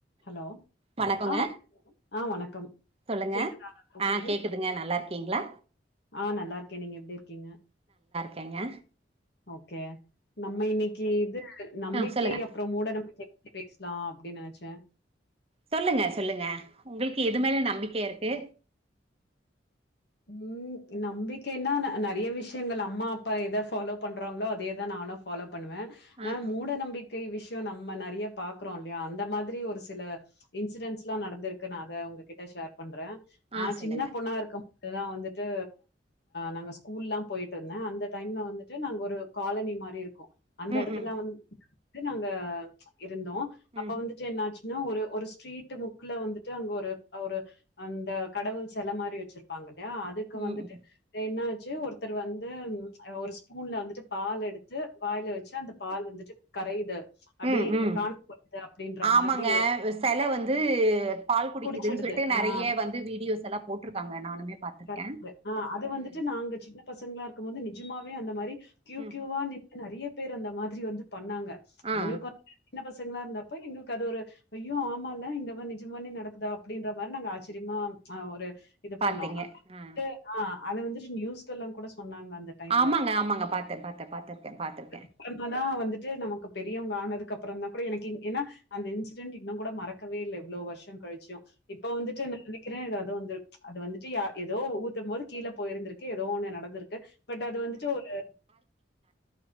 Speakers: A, on the left; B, on the right.
A: Hello
B: வணக்கங்க
A: ஆஹ் ஆஹ் வணக்கம்
B: சொல்லுங்க
A: கேக்குதா நா பேசுறது
B: ஆ கேக்குதுங்க நல்லா இருக்கீங்களா
A: ஆஹ் நல்லா இருக்கேன் நீங்க எப்படி இருக்கீங்க
B: கேங்க
A: ஓகே நம்ம இன்னைக்கு இது நம்பிக்கை
B: ஆ சொல்லுங்க
A: அப்புறம் மூட நம்பிக்கை பேசலாம் அப்படின்னு நெனச்சேன்
B: சொல்லுங்க சொல்லுங்க உங்களுக்கு எது மேல நம்பிக்கை இருக்கு
A: உம் நம்பிக்கைன்னா நெறைய விஷயங்கள் அம்மா அப்பா ஏதா ஃபாலோ பண்றாங்களோ அதே தா நானும் ஃபாலோ பண்ணுவேன் ஆனா
B: ஆ
A: மூட நம்பிக் விஷயம் நம்ம நெறைய பாக்குறோம் இல்லையா அந்த மாதிரி ஒரு சில இன்சிடென்ட்ஸ் எலாம் நடந்திருக்கு நான் அதை உங்ககிட்ட ஷேர் பண்றேன்
B: ஆ
A: நான்
B: சொல்லுங்க
A: சின்ன பொண்ணா இருக்க வந்துட்டு நாங்க ஸ்கூல்லாம் போயிட்டு இருந்தேன் அந்த டைம்ல வந்துட்டு நாங்க ஒரு காலனி மாரி இருக்கும் அந்த
B: ம்
A: எடத்துலாம்
B: ம்
A: வந் நாங்க இருந்தோம் அப்ப
B: ம்
A: வந்துட்டு என்னாச்சு ஒரு ஒரு ஸ்ட்ரீட் முக்குல வந்துட்டு அங்க ஒரு ஒரு அந்த கடவுள் செல மாரி வச்சிரு பங்க அதுக்கு
B: ம்
A: வந்துட்டு என்ன ஒருத்தர் வந்து ஒரு ஸ்பூன்ல வந்துட்டு பால் எடுத்து வாயில வச்சு அந்த பால் வந்து கரையுது அப்டியே
B: உம் உம்
A: காண போது அப்டின்ற
B: ஆமாங்க
A: மாதிரி ஒரு
B: செல வந்து பால் குடிக்குதுன்னு
A: குடிச்சிடுது
B: சொல்லிட்டு நெறைய
A: ஆ
B: வந்து வீடியோஸ் எல்லாம் போட் ருக்காங்க நானுமே பாத்திருக்கே
A: கரெக்டு ஆஹ அது வந்துட்டு
B: ம்
A: நாங்க சின்ன பசங்களா இருக்கும்போது ஜமாவே அந்த மாரி கியூ
B: ம்
A: கியூவா நின்னு நெறிய பேர் அந்த மாரி வந்து பண்ணாங்க
B: ஆ
A: எங்களுக்கு வந்து என்ன பஸ் பசங்கிளா இருந்தாப்ப எங்களுக்கு அது ஒரு ஐயோ ஆமால இந்த மாரி நிஜமால நடக்குதா அப்டின்ற மாரி நாங்க ஆச்சரியமா ஆஹ ஒரு இத
B: பாத்தீங்க
A: பண்ணும்
B: ஆ
A: <unintelligible> அத வந்துட்டு நியூஸ் எல்லாம் கூட சொ சொன்னாங்க அந்த டைம்ல
B: ஆமாங்க ஆமாங்க பாத்தே பாத்தே பாத்திருக்கே பாத்திருக்கே
A: அப்பறமா தான் வந்துட் நமக்கு பெரியவங்க ஆனதுக்கப்புறோ தா கூட எனக்கு ஏனா அந்த இன்சிடென்ட் இன்னு கூட மறக்கவே இல்ல இவ்ளோ வருஷோ கழிச்சியு இப்ப வந்துட்டு நெனக்கிறே <unintelligible> வந்து ச் அது வந்துட்டு யா எதோ ஊத்தும் போது கீல போயிருந்திருக்கு எதோ ஒண்ணு நடந்திருக்கு பட் அது வந்துட்டு ஒரு